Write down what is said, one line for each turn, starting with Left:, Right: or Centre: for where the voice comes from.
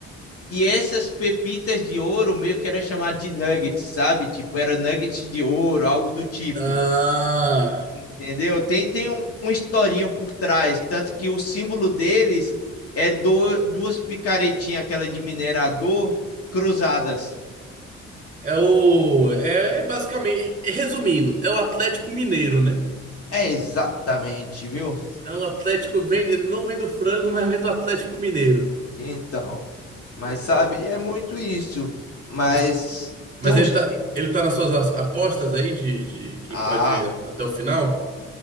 Left: e essas pepitas de ouro meio que era chamado de nuggets, sabe? Tipo, era nuggets de ouro, algo do tipo.
Right: Ah,
Left: Entendeu? Tem, tem um, uma historinha por trás, tanto que o símbolo deles é do, duas picaretinhas, aquela de minerador, cruzadas.
Right: é o. É, é basicamente. Resumindo, é o Atlético Mineiro, né?
Left: É exatamente, viu?
Right: É o Atlético. Vem... ele Não vem do frango, mas vem do Atlético Mineiro.
Left: Então, mas
Right: Pô, cara.
Left: sabe, é muito isso. Mas
Right: Mas, mas
Left: tem uns
Right: ele tá,
Left: times.
Right: ele tá nas suas apostas aí de, de quem
Left: Ah,
Right: pode ir até o final?